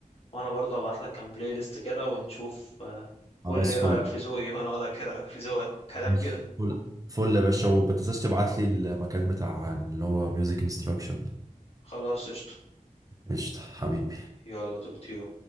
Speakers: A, on the left; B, on the right.
A: وانا برضه ابعت لك كام بلاي ليست كده ونشوف آه،
B: خلاص
A: قول لي
B: فل
A: رايك في ذوقي وانا اقول لك إيه رايك في ذوقك وكلام
B: ماشي
A: كده
B: فل فل يا باشا وما تنساش تبعت لي المكان بتاع اللي هو ميوزك انستراكشن
A: خلاص قشطة
B: قشطة حبيبي
A: يلا توك تيو